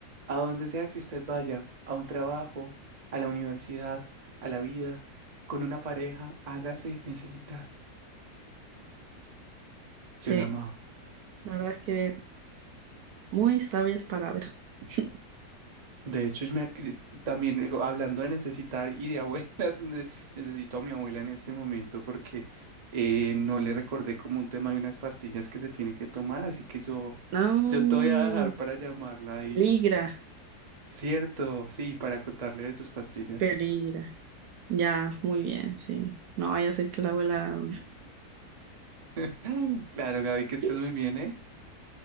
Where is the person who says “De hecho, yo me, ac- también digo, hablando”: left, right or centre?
Right